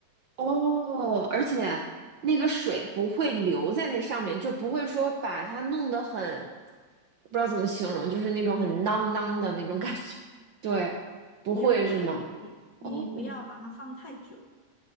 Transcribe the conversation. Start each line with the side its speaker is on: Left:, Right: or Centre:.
Right: 哦，而且那个水不会留在那上面，就不会说把它弄得很，不知道怎么形容，就是那种很 <laughs> 囔囔的那种感觉。<laughs> 对，不会是吗？
Left: 也不会，因为你你不要把它放太久，
Right: 哦